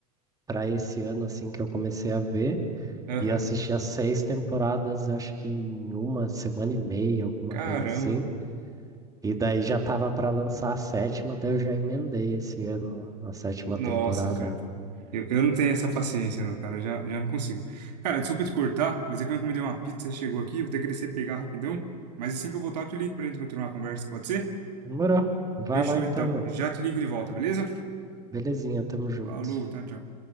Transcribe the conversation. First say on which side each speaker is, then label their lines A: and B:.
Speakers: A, on the right; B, on the right.
A: para esse ano, assim, que eu comecei a ver.
B: Aham.
A: E eu assisti as seis temporadas, eu acho que em uma semana e meia, alguma
B: Caramba.
A: coisa assim. E daí já tava pra lançar a sétima, daí eu já emendei esse ano a a sétima
B: Nossa,
A: temporada.
B: cara. Eu, eu não tenho essa paciência, não, cara. Eu já, já não consigo. Cara, desculpa te cortar, mas é que eu encomendei uma pizza e chegou aqui. Vou ter que descer e pegar rapidão. Mas assim que eu voltar, eu te ligo pra gente continuar a conversa, pode ser?
A: Demorou. Vai
B: Fechou,
A: lá então,
B: então.
A: meu.
B: Já te ligo de volta, beleza?
A: Belezinha, tamo junto.
B: Falou, tchau, tchau.